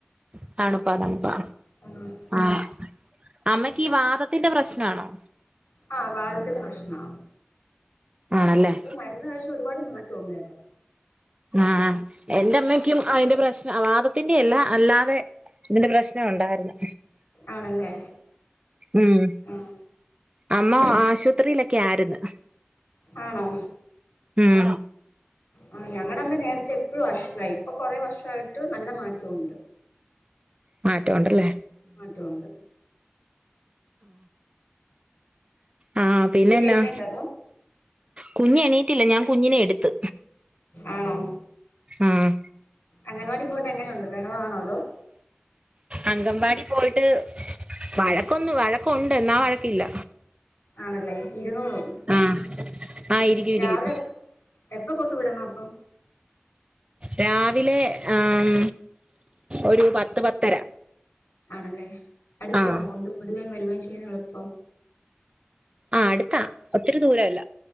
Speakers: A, on the right (about 30°); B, on the left (about 70°).
A: ത്തണുപ്പാ തണുപ്പാ
B: ആഹ്
A: ആഹ് അമ്മക്ക് ഈ വാദത്തിന്റെ പ്രശ്ന ആണോ
B: ആഹ് വാദത്തിന്റെ പ്രശ്ന
A: ആണല്ലേ
B: ഇപ്പൊ മരുന്ന് കഴിച്ച ഒരുപാട് മാറ്റംണ്ട് കേട്ടോ
A: ആഹ് ആഹ് എന്റെമ്മക്കും അതിന്റെ പ്രശ്നം വാദത്തിന്റെ അല്ല അല്ലാതെ ഇതിന്റെ പ്രശ്നം ഉണ്ടായിരുന്നു
B: ആണല്ലേ
A: ഉം
B: ആഹ്
A: അമ്മ ആശുപത്രിയിലൊക്കെ ആയിരിന്ന്
B: ആണോ
A: ഉം
B: ആഹ് ഞങ്ങടെ അമ്മ നേരത്തെ ഇപ്പോ വഷ്ലായി ഇപ്പൊ കുറേ വർഷയിട്ട് നല്ല മാറ്റഉണ്ട്
A: മാറ്റഉണ്ടല്ലേ
B: മാറ്റഉണ്ട്
A: ആഹ് ആഹ് പിന്നെന്നാ
B: കുഞ്ഞ് എഴുന്നേറ്റോ അതോ
A: കുഞ് എണീട്ടില്ല ഞാൻ കുഞ്ഞിനെ എടുത്ത്
B: ആണോ
A: ആഹ്
B: അംഗൻവാടി പോയിട്ട് എങ്ങനെയുണ്ട് ബെഹളാണോ തോ
A: അങ്കമ്പാടി പോയിട്ട് വഴക്കൊന്നും വഴക്കുണ്ട് എന്നാ വഴക്കില്ല
B: ആണല്ലേ ഇരുന്നൂളും
A: ആഹ് ആഹ് ഇരിക്കും ഇരിക്കും
B: രാവിലെ എപ്പൊ കൊണ്ടു വിടണം അപ്പൊ
A: രാവിലെ ആം ഒരു പത്ത് പത്തര
B: ആണല്ലേ അടുത്താണോ
A: ആഹ്
B: കൊണ്ട് വിടുകയും വരുകയും ചെയ്യാന എളുപ്പം
A: ആഹ് അടുത്താ ഒത്തിരി ദൂരല്ല